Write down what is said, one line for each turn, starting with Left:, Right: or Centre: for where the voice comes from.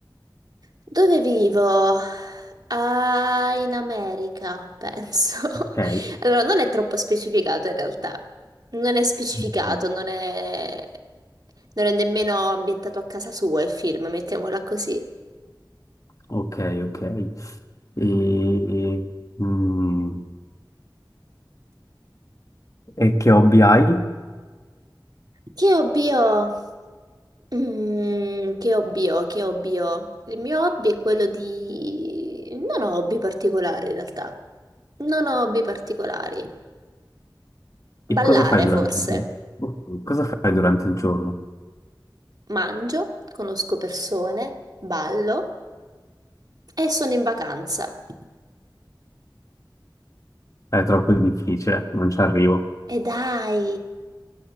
Right: Dove vivo? Ah, in America, penso. <laughs>
Left: Ok.
Right: Allora, non è troppo specificato in realtà. Non è specificato,
Left: Mm,
Right: non è... non è nemmeno ambientato a casa sua il film, mettiamola così.
Left: Ok, ok. E, mm, e che hobby hai?
Right: Che hobby ho? Mm, che hobby ho? Che hobby ho? Il mio hobby è quello di... Non ho hobby particolari in realtà. Non ho hobby particolari.
Left: Che
Right: Ballare
Left: cosa fai durante
Right: forse.
Left: il giorno? Boh, Cosa fai durante il giorno?
Right: Mangio, conosco persone, ballo e sono in vacanza.
Left: È troppo difficile, non ci arrivo,
Right: E dai,